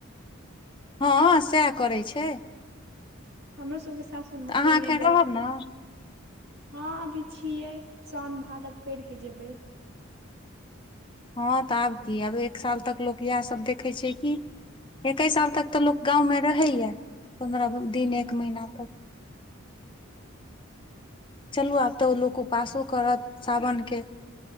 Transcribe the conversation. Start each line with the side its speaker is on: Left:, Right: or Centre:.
Left: हँ सएह करै छै।
Right: हमरो सबके सासुरमे
Left: तऽ अहाँ
Right: कोइ
Left: एखन
Right: नहि जाइ
Left: रहब
Right: छै त
Left: ने
Right: हँ अभी छियै साओन भादव कैर के जेबै।
Left: हँ तऽ आब की आब एक साल तक लोक इएह सब देखै छै कि। एकै साल तक तऽ लोक गाँवमे रहैया
Right: रहै
Left: पन्द्रह
Right: छै
Left: दिन एक महिना तक चलू आब तऽ ओ लोक उपासो करत सावनके